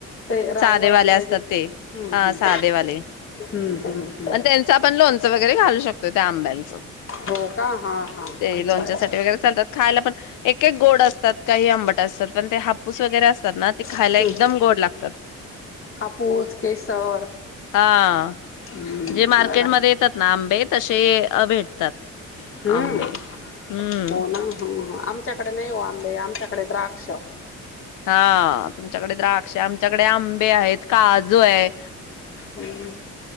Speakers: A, on the left; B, on the left.
A: ते रायवळ
B: साधेवाले
A: आंबे
B: असतात
A: जे हम्म
B: ते, हा
A: हम्म
B: साधेवाले
A: हम्म हम्म हम्म
B: पण तेंच आपण लोन गरे घालू शकतोय त्या आंब्यांचं
A: हो का? हा हा
B: ते
A: अच्छा
B: लोणच्यासाठी
A: अच्छा!
B: वगैरे चालतात खायला पण एक एक गोड असतात, काही आंबट असतात, पण ते हापूस वगैरे असतात ना ते खायला
A: हम्म
B: एकदम गोड लागतात,
A: हापूस केसर
B: हा
A: हम्म
B: जे मार्केटमध्ये
A: बरा
B: येतात. आंबे तसे अ भेटतात,
A: हम्म
B: आंबे हम्म
A: हो ना आमच्याकडे नाही ओ आंबे आमच्याकडे द्राक्ष
B: हा तुमच्याकडे द्राक्षे आमच्याकडे आंबे आहेत, काजू आय.
A: हम्म